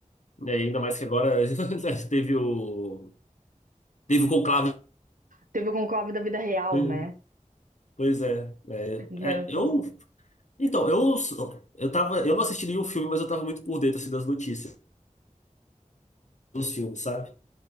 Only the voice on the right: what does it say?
Teve o Conclave da vida real,
né?
Não,
cons-